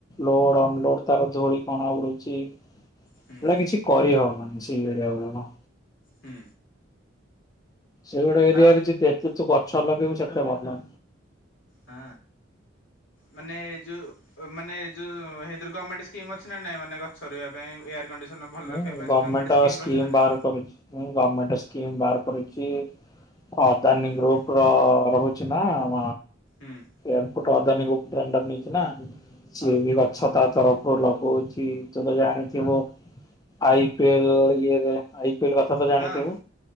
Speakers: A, on the left; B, on the left.
A: ଲୋଡ ଅନଲୋଡ ତାର ଧୋଳି କଣା ଉଡୁଚି। ସେଇଟା
B: ହୁଁ
A: କିଛି କରିହବ ।
B: ହୁଁ।
A: ସେଇଗୋଟେ ଏରିଆରେ
B: ଆଉ
A: ଯେ ଏତେ ତୁ ଗଛ ଲଗେଇବୁ ସେତେ ଭଲ।
B: ହଁ। ମାନେ ଏ ଯଉ ମାନେ ଏ ଯୋଉର ଗଣମେଣ୍ଟ ସ୍କିମ ଅଛି ନା ନାଇଁ ମାନେ? କରିବା ପାଇଁ କଣ୍ଡିସନ ଭଲ
A: ହୁଁ
B: ରଖିବା ପାଇଁ
A: ଗମେଣ୍ଟସ୍କିବାଟ
B: ଗଭର୍ଣ୍ଣମେଣ୍ଟ ସ୍କିମ୍ ରହୁଛି ନା ନାଇଁ?
A: ଗମେଣ୍ଟସ୍କି କରିଛି ହ। ଦାନ ଗ୍ରୁପ
B: ହୁଁ
A: ର ରହୁଛି ନା ଆମ
B: ହୁଁ
A: ଏୟପୁଟ ଦାନ ଗ ଡେଣ୍ଡର ନେଇଛି ନା ସିଏ ବି ଗଛ ତା ତରଫ ଭଲପହୁଛି ତ ତ ଜାଣିଥିବ ଆଇ ପିଏଲ ଇଏରେ। କଥା ତ ଜାଣିଥିବୁ
B: ହଁ